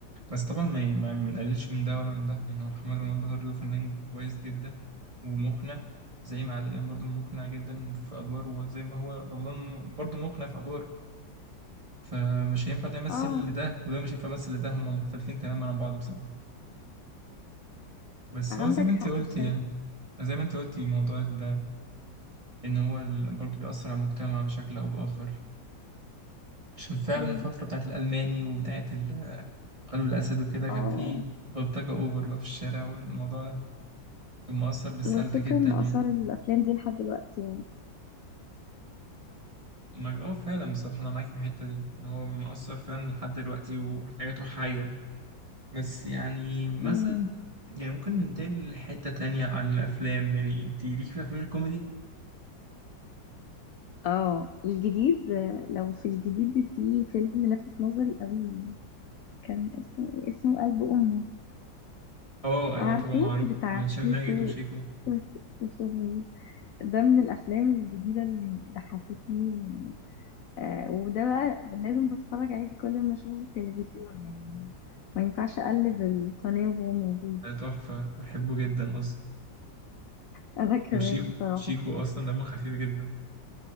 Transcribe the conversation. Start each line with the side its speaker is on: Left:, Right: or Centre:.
Right: بس طبعا ما ما ما بنقللش من ده ولا من ده يعني هو محمد رمضان برضه فنان كويس جدا ومقنع زي ما عادل امام برضه مقنع جدا في ادواره وزي ما هو رمضان برضه مقنع في ادواره فمش هينفع ده يمثل
Left: اه
Right: لده وده مش هينفع يمثل لده هما مختلفين تماما عن بعض بصراحة بس
Left: عندك
Right: هو زي ما انت
Left: حق
Right: قلت
Left: بصراحة
Right: يعني زي ما انت قلتي موضوع ال- ان هو ال- برضه بيأثر على المجتمع بشكل او بآخر عشان فعلا
Left: امم
Right: الفترة بتاعت الألماني وبتاعت ال- قلب الأسد وكده كان
Left: اه
Right: فيه بلطجة أوفر بقى في الشارع والموضوع كان مؤثر بالسلب
Left: والفكرة
Right: جدا
Left: ان
Right: يعني
Left: اثار الافلام دي لحد دلوقتي
Right: ما اه فعلا بصراحة أنا معاك في الحتة دي إن هو مؤثر فعلا لحد دلوقتي وحياته حية بس يعني مثلا
Left: يعني
Right: يعني ممكن ننتقل لحتة تانية عن الأفلام يعني أنت ليك في الأفلام الكوميدي؟
Left: اه الجديد آه، لو في الجديد في فيلم لفت نظري قوي كان اسمه إيه؟ اسمه قلب أمه
Right: اه أيوة
Left: عارفه
Right: طبعا معروف
Left: بتاع
Right: هشام
Left: سيكو
Right: ماجد وشيكو
Left: وشهور ده من الأفلام الجديدة اللي ضحكتني آه وده بقى لازم بتفرج عليه كل ما أشوفه في التلفزيون يعني ما ينفعش أقلب القناة وهو موجود
Right: ده تحفة بحبه جدا أصلا
Left: <laughs> أنا كمان
Right: وشيكو
Left: بصراحة
Right: شيكو أصلا دمه خفيف جدا